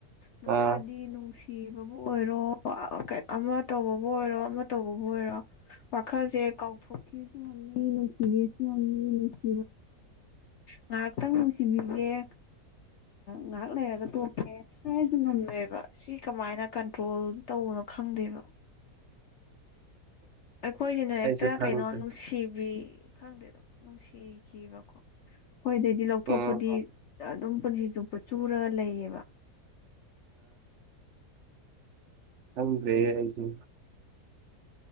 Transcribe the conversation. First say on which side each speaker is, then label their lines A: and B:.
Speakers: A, on the left (about 60°); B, on the right (about 60°).
A: ꯅꯨꯄꯥꯗꯤ
B: ꯑꯥ
A: ꯅꯨꯡꯁꯤ ꯊꯤꯕꯕꯨ ꯑꯣꯏꯔꯣꯣ ꯑꯃ ꯇꯧꯕꯕꯨ ꯑꯣꯏꯔꯣ ꯑꯃ ꯇꯧꯕꯕꯨ ꯑꯣꯏꯔꯣ ꯋꯥꯈꯜꯁꯦ ꯀꯥꯎꯊꯣꯔꯛꯦ ꯀꯝꯃꯤ ꯏꯅꯧꯁꯤꯒꯦ ꯀꯝꯃꯤ ꯏ ꯉꯥꯏꯍꯥꯛꯇꯪ ꯅꯨꯡꯁꯤꯕꯤꯒꯦ ꯥꯛ ꯉꯥꯏꯍꯥꯛ ꯂꯩꯔꯒ ꯇꯣꯡꯀꯦ ꯍꯥꯏꯁꯨ ꯉꯝꯂꯣꯏꯑꯕ ꯁꯤ ꯀꯃꯥꯏꯅ ꯀꯟꯇ꯭ꯔꯣꯜ ꯇꯧꯕꯅꯣ ꯈꯪꯗꯦꯕ ꯑꯩꯈꯣꯏꯁꯤꯅ ꯍꯦꯛꯇ
B: ꯑꯩꯁꯨ ꯈꯪꯗ꯭ꯔꯦ
A: ꯀꯩꯅꯣ ꯅꯨꯡꯁꯤꯕꯤ ꯈꯪꯗꯦ ꯑꯗꯨꯝ ꯅꯨꯡꯁꯤꯈꯤꯕꯀꯣ ꯍꯣꯏꯗꯩꯗꯤ ꯂꯧꯊꯣꯛꯄꯗꯤ
B: ꯎꯝ
A: ꯑꯗꯨꯝ ꯄꯨꯟꯁꯤ ꯆꯨꯞꯄ ꯆꯨꯔꯒ ꯂꯩꯌꯦꯕ
B: ꯑ ꯦꯁꯨ